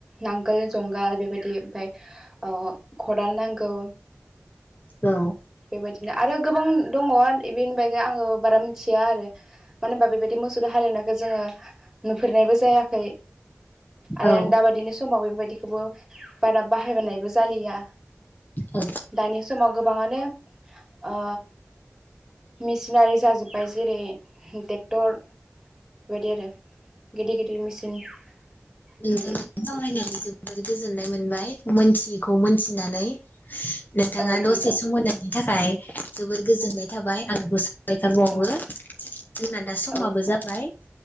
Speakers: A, in the centre; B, on the left.
A: नांगोल जुंगाल बेबायदि ओमफाय अ खदाल नांगौ।
B: औ
A: बेबायदिनो आरो गोबां दङ एनि बागै आङो बारा मिथिया आरो मानो होनबा बेबायदि मोसौजों हालेवनायखौ जोङो नुफेरनायबो जायाखै आरो
B: औ
A: दाबायदिनि समाव बेबाय बिखौबो बारा बाहायबोनायबो जालिया
B: औ
A: दानि समाव गोब गोबाङानो ओ मिसिनारि जाजोब्बाय जेरै ट्रेक्टर बेबायदि आरो गिदिर गिदिर मेचिन बेबायदि
B: नोंथांजों सावरायनानै जोब जोबोर गोजोननाय मोनबाय मोनथियैखौ मोनथिनानै नोंथाङा
A: औ
B: दसे
A: नोंथां
B: सम होनायनि थाखाय जोबोद गोजोननाय थाबाय आं गायथारबावो
A: औ
B: जोंना दा समाबो
A: औ
B: जाबाय